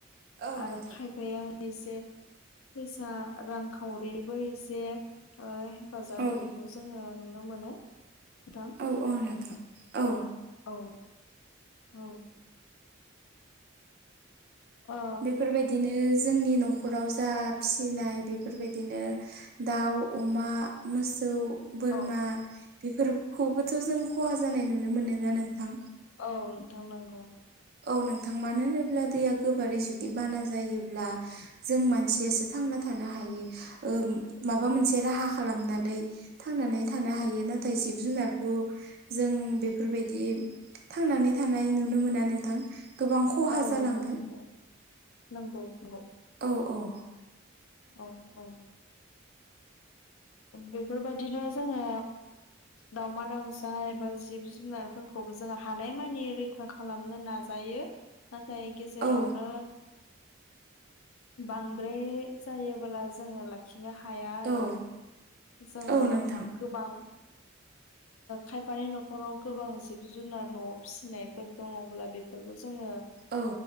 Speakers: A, on the right; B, on the left.
A: औ
B: आरो
A: नोंथां
B: खायफाया एसे फैसा रांखावरिबो एसे हेफाजाब
A: औ
B: होनायखौ जोङो नुनो मोनो नोंथां
A: औ औ नोंथां औ
B: औ औ ओ
A: बेफोरबायदिनो जोंनि न'खराव जा फिसिनाय बेफोरबायदिनो दाउ अमा मोसौ बोरमा
B: औ
A: बेफोरखौबोथ' जों खहा जानाय नुनो मोनोना नोंथां
B: औ नोंथां नांगौ
A: औ नोंथां मानो होनोब्ला दैया गोबारै जुदि बाना जायोब्ला जों मानसियासो थांना थानो हायो माबा मोनसे राहा खालामनानै
B: औ
A: थांनानै थानो हायो नाथाय जिब जुनार जों बेफोरबायदि थांनानै थानाय नुनो मोना नोंथां गोबां खहा
B: औ नोंथां
A: जालाङो
B: नंगौ नंगौ नंगौ
A: औ औ
B: अ औ बेफोरबायदिनो जोङो दाावमा दाउसा एबा जिब जुनारफोरखौबो जोङो हानायमानि फा खालामनो नाजायो नाथाय गेजेरावनो
A: औ
B: बांद्राय जायोबोला जोङो लाखिनो हाया आरो
A: औ
B: जोङो
A: औ नोंथां
B: गोबां खायफानि न'खराव गोबां जिब जुनार न'आव फिसिनायफोर दङब्ला बे बेफोरखौ जोङो
A: औ